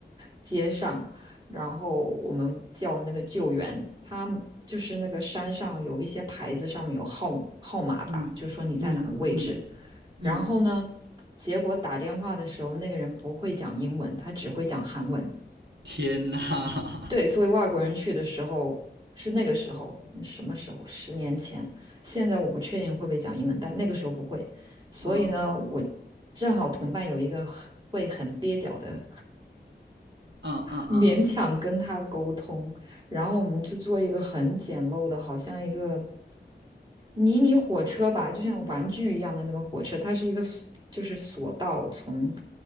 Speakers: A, on the right; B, on the right.
A: 接上，然后我们叫了那个救援，他就是那个山上有一些牌子上面有号号码吧，
B: 嗯嗯嗯
A: 就说你在哪个位置，然后呢，
B: 嗯，
A: 结果打电话的时候那个人不会讲英文，他只会讲韩文。
B: 天呐，
A: 对，
B: <laughs>
A: 所以外国人去的时候是那个时候，那什么时候？十年前。现在我不确定会不会讲英文，但那个时候不会。所以呢，
B: 嗯
A: 我正好同伴有一个很会很蹩脚的，
B: 嗯嗯嗯，
A: 勉强跟他沟通，然后我们就做一个很简陋的，好像一个迷你火车吧，就像玩具一样的那个火车，它是一个 s- 就是索道，从